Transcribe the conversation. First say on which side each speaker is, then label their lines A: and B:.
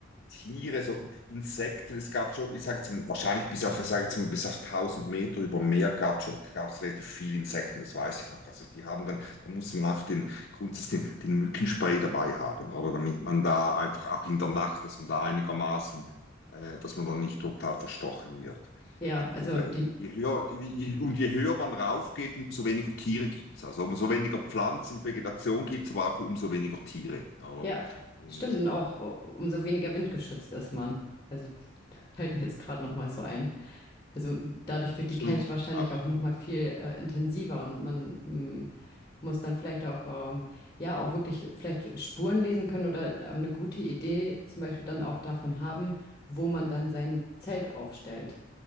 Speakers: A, on the left; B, on the left.
A: Tiere, so Insekten, es gab schon, ich sage jetzt mal, wahrscheinlich bis auf, ich sag jetzt mal, bis auf 1000 Meter über dem Meer gab schon, gab es gab's relativ viele Insekten, das weiß ich noch. Also die haben dann, da muss man einfach den grundsätzlich den, den Mückenspray dabei haben, oder damit man da einfach auch in der Nacht, dass man da einigermaßen, äh, dass man da nicht total verstochen wird.
B: Ja,
A: Und,
B: also
A: und we-
B: die,
A: je höher, je, und je höher man raufgeht, umso weniger Tiere gibt es. Also umso weniger Pflanzen, Vegetation gibt es, aber auch umso weniger Tiere. Oder?
B: ja,
A: Und
B: stimmt. Und auch uh, umso weniger windgeschützt ist man. Also <laughs> fällt mir jetzt gerade nochmal so ein. Also dadurch wird
A: absolut,
B: die Kälte wahrscheinlich
A: absolut.
B: auch nochmal viel äh, intensiver und man mm, muss dann vielleicht auch, ähm, ja, auch wirklich vielleicht Spuren lesen können oder äh, eine gute Idee zum Beispiel dann auch davon haben, wo man dann sein Zelt aufstellt.